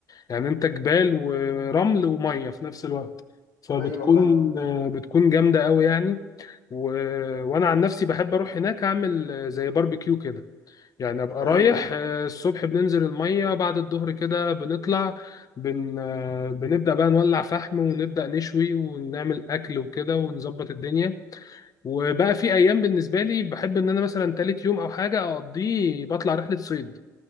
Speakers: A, on the left (about 40°); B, on the left (about 60°).
A: يعني أنت جبال ورمل ومية في نفس الوقت فبتكون
B: ايوه فاهم
A: بتكون جامدة قوي يعني و... وأنا عن نفسي بحب أروح هناك أعمل زي باربيكيو كده يعني ابقى
B: ايوه
A: رايح
B: فاهم
A: آه، الصبح بننزل الميه بعد الظهر كده بنطلع بن آه، بنبدا بقى نولع فحم ونبدا نشوي ونعمل اكل وكده ونظبط الدنيا وبقى في ايام بالنسبه لي بحب ان انا مثلا تالت يوم او حاجه اقضيه بطلع رحله صيد